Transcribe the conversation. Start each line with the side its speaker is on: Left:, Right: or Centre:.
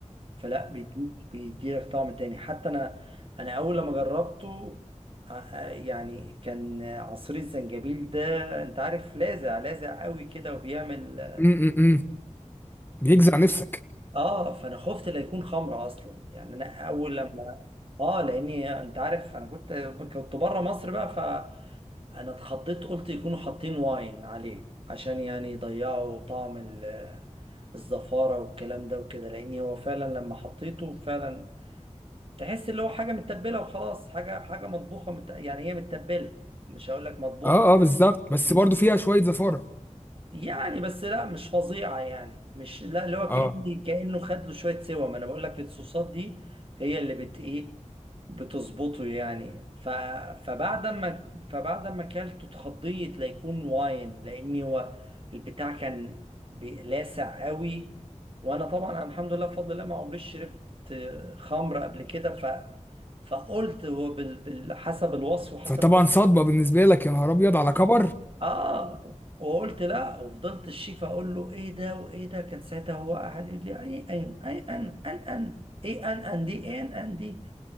Right: فلا بيديك بيديلك طعم تاني حتى انا انا اول لما جربته آ- آ- يعني كان عصير الزنجبيل ده انت عارف لاذع لاذع قوي كده وبيعمل
Left: م -م -م. بيجزع نفسك
Right: اه فانا خفت لا يكون خمره اصلا يعني انا اول لما اه لاني انت عارف انا كنت كنت بره مصر بقى فانا اتخضيت قلت يكونوا حاطين واين عليه عشان يعني يضيعوا طعم ال- الزفاره والكلام ده وكده لاني هو فعلا لما حطيته فعلا تحس اللي هو حاجه متبله وخلاص حاجه حاجه مطبوخه مت... يعني هي متبله مش هقول لك مطبوخه
Left: اه اه بالظبط بس برضو فيها شويه زفاره
Right: يعني بس لا مش فظيعة يعني مش لا اللي هو
Left: اه
Right: كأن كأنه خد له شوية سوا ما انا بقول لك الصوصات دي هي اللي بت ايه بتظبطه يعني ف فبعد ما فبعد ما اكلته اتخضيت ليكون واين لاني هو البتاع كان بي- لاسع قوي وانا طبعا أنا الحمد لله بفضل الله ما عمريش شربت خمر قبل كده ف فقلت هو بال... بال- حسب الوصف وحسب
Left: فطبعا صدمة بالنسبة لك يا نهار أبيض على كبر
Right: اه وقلت لا وفضلت الشيف اقول له ايه ده وايه ده كان ساعتها هو قاعد يقول لي اي اي اي ان ان ان ايه ان ان دي ايه ان ان دي